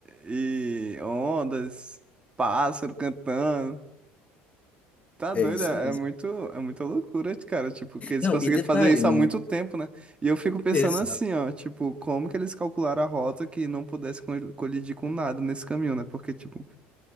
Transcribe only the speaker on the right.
e ondas, pássaro cantando. Tá
doido,
é
é muito, é muita loucura, cara, tipo, que eles
conseguiram
fazer isso
há muito tempo, né? E eu fico pensando
assim, ó, tipo, como que eles calcularam a rota que não pudesse col- colidir com nada nesse caminho, né? Porque, tipo,